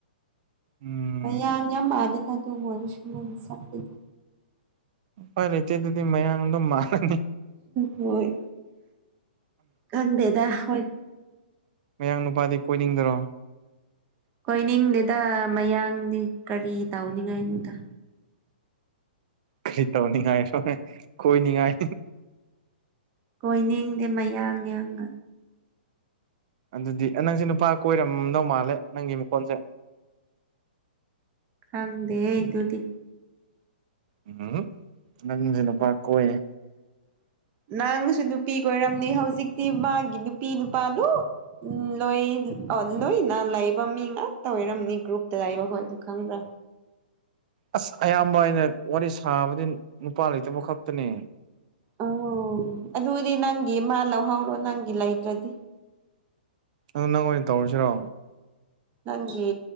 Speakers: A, on the right; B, on the right.
A: ꯎꯝ
B: ꯍ ꯌꯥ ꯌꯥꯝ ꯃꯥꯜꯂꯦꯗ ꯑꯗꯨ ꯃ ꯑꯣꯏ ꯁꯄꯤꯗ
A: ꯍꯣꯏ ꯂꯩꯆꯦ ꯑꯗꯨꯗꯤ ꯃꯌꯥꯡꯗꯝ ꯃꯥꯜꯂꯅꯤ
B: ꯍꯣꯏ ꯈꯪꯗꯦꯗ ꯍꯣꯏ
A: ꯃꯌꯥꯡ ꯅꯨꯄꯥꯗꯤ ꯀꯣꯏꯅꯤꯡꯗ꯭ꯔꯣ
B: ꯀꯣꯏꯅꯤꯡꯗꯦꯗ ꯃꯌꯥꯡꯗꯤ ꯀꯔꯤ ꯇꯧꯅꯤꯡꯉꯥꯏꯅꯅꯨꯡꯗ
A: ꯀꯔꯤ ꯇꯧꯅꯤꯉꯃꯦ ꯀꯣꯏ ꯅꯤꯡꯉꯥꯏ
B: ꯀꯣꯏꯅꯤꯡꯗꯦ ꯃꯌꯥꯡ ꯌꯥꯡꯉ
A: ꯑꯗꯨꯗꯤ ꯅꯪꯁꯦ ꯅꯨꯄꯥ ꯀꯣꯏꯔꯝꯗꯧ ꯃꯥꯜꯂꯦ ꯅꯪꯒꯤ ꯃꯈꯣꯟꯁꯦ
B: ꯈꯪꯗꯦ ꯑꯩ ꯑꯗꯨꯗꯤ
A: ꯎꯝ ꯅꯪꯁꯦ ꯅꯨꯄꯥ ꯀꯣꯏꯌꯦ
B: <inaudible> ꯅꯪꯁꯨ ꯅꯨꯄꯤ ꯀ ꯑꯣꯏꯔꯝꯅꯤ ꯍꯧꯖꯤꯛꯇꯤ ꯃꯥꯒꯤ ꯅꯨꯄꯤ ꯅꯨꯄꯥꯗꯨ ꯎ ꯂꯣꯏ ꯑꯣ ꯂꯣꯏꯅ ꯂꯩꯕ ꯃꯤ ꯉꯥꯛꯇ ꯑꯣꯏꯔꯝꯅꯤ ꯒ꯭ꯔꯨꯞꯇ ꯂꯩꯕꯈꯣꯏꯗ ꯈꯪꯕ꯭ꯔꯥ
A: ꯑꯁ ꯑꯌꯥꯝꯕ ꯑꯩꯅ ꯋꯥꯔꯤ ꯁꯥꯕꯗꯤ ꯅꯨꯄꯥ ꯂꯩꯇꯕ ꯈꯛꯇꯅꯦ
B: ꯑꯣ ꯑꯗꯨꯗꯤ ꯅꯪꯒꯤ ꯃꯥ ꯂꯧꯍꯧꯔꯣ ꯅꯪꯒꯤ ꯂꯩꯗ꯭ꯔꯗꯤ
A: ꯑꯣ ꯅꯪ ꯑꯣꯏꯅ ꯇꯧꯔꯁꯤꯔꯣ
B: ꯅꯪꯒꯤ